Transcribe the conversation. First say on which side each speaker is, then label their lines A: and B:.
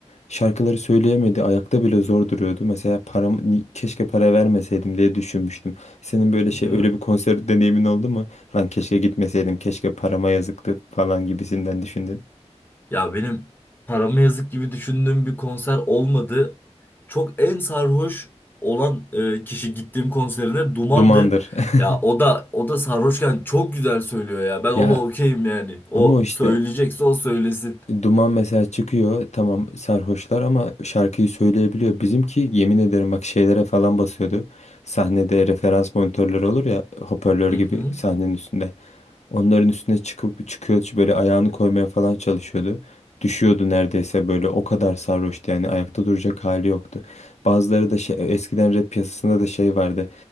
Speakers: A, on the left (about 75°); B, on the left (about 15°).
A: şarkıları söyleyemedi. Ayakta bile zor duruyordu. Mesela param keşke para vermeseydim diye düşünmüştüm. Senin böyle
B: Değil
A: şey öyle
B: mi?
A: bir konser deneyimin oldu mu? Lan keşke gitmeseydim. Keşke parama yazıktı falan gibisinden düşündün.
B: Ya benim paramı yazık gibi düşündüğüm bir konser olmadı. Çok en sarhoş olan e, kişi gittiğim konserine Duman'dı.
A: Dumandır. <laughs>
B: Ya o da o da sarhoşken çok güzel söylüyor ya. Ben ona
A: Ya
B: okeyim yani. O
A: ama o işte
B: söyleyecekse o söylesin.
A: Duman mesela çıkıyor tamam sarhoşlar ama şarkıyı söyleyebiliyor. Bizimki yemin ederim bak şeylere falan basıyordu. Sahnede referans monitörleri olur ya hoparlör
B: Hı
A: gibi
B: hı.
A: sahnenin üstünde. Onların üstüne çıkıp çıkıyor böyle ayağını koymaya falan çalışıyordu. Düşüyordu neredeyse böyle o kadar sarhoştu yani ayakta duracak hali yoktu. Bazıları da şey e, eskiden rap piyasasında da şey vardı.